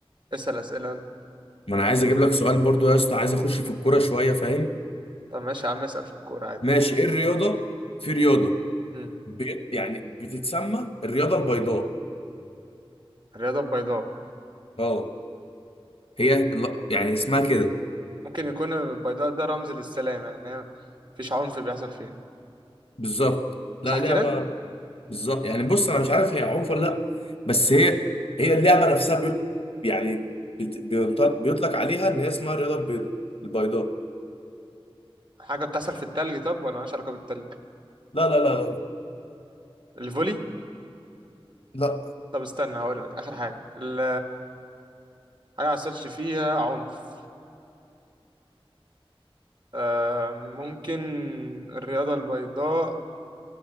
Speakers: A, on the right; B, on the left.
A: اسأل أسئلة
B: ما انا عايز اجيب لك سؤال برضو يا اسطى عايز اخش في الكوره شويه فاهم
A: طب ماشي يا عم اسأل في الكورة عادي
B: ماشي ايه الرياضه في رياضه
A: مم.
B: بيت يعني بتتسمى الرياضه البيضاء
A: الرياضة البيضاء
B: اه هي لا- يعني اسمها كده
A: ممكن يكون البيضاء ده رمز للسلام يعني إن هي مفيش عنف بيحصل فيها
B: بالظبط
A: صح
B: لا لعبة
A: كده؟
B: بالظبط يعني بص انا مش عارف هي عنف ولا لا بس هي هي اللعبه نفسها بي يعني بت- بينطل- بيطلق عليها ان هي اسمها الرياضه البيضاء البيضاء
A: حاجة بتحصل في التلج طب ولا مالهاش علاقة بالتلج؟
B: لا لا لا لا
A: الفولي؟
B: لا
A: طب استنى هقول لك آخر حاجة ال حاجة ما حصلش فيها عنف آه ممكن الرياضة البيضاء